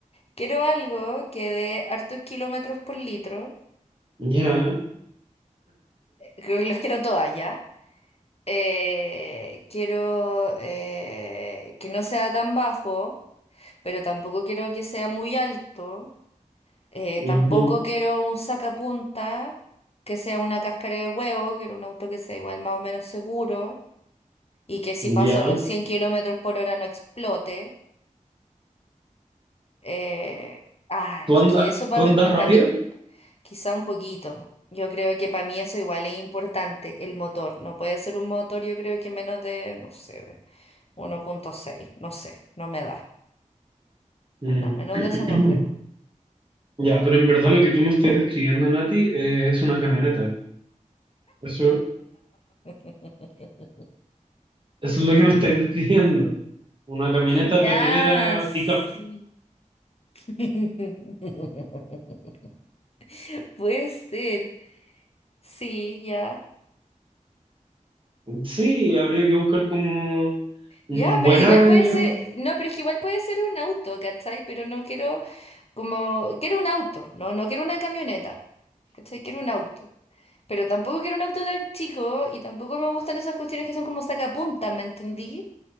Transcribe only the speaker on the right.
Ya,
ujú,
ya.
¿Tú
andas,
tú
andas rápido?
Mm.
<clears throat>
Ya, pero en verdad lo que tú me estás describiendo, Nati, eh, es una camioneta. Eso,
eso es lo que me estás describiendo. Una camioneta
petrolera
pickup.
Sí, habría que buscar como un
buen
año.